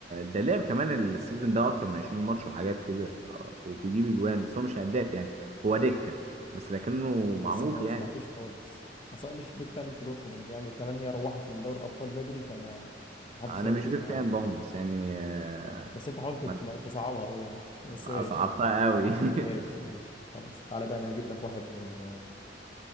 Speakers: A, on the right (about 35°); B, on the left (about 30°).
A: ده لعب كمان السيزون ده اكتر من 20 ماتش وحاجات كده آه، وبيجيب اجوان بس هو مش هداف يعني هو دكة بس لكنه
B: بس
A: معروف
B: ما
A: يعني
B: سمعتوش خالص اصلا مش بيك فان في دورتموند يعني وكمان هي روحت من دوري الابطال بدري فما محدش
A: انا
B: ركز
A: مش بيك
B: معاها
A: فان برضه بس يعني آه،
B: بس انت حاولت
A: ما-
B: تت- تصعبها قوي يعني <laughs> بس
A: اصعبتها
B: ماشي
A: قوي <laughs>
B: ماشي ماشي خلاص تعالى بقى انا هجيب لك واحد من